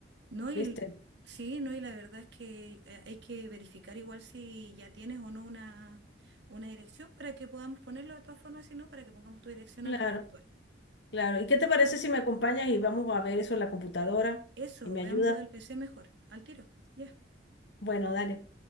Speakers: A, on the right; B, on the left.
A: No, y,
B: ¿viste?
A: l- sí, no, y la verdad es que eh, hay que verificar igual si ya tienes o no una, una dirección para que podamos ponerlo de todas formas, si no, para que pongamos tu dirección
B: Claro,
A: al- actual.
B: claro. ¿Y qué te parece si me acompañas y vamos a ver eso en la computadora
A: Eso,
B: y me
A: veamos
B: ayuda?
A: lo del PC mejor, al tiro. Ya.
B: Bueno, dale.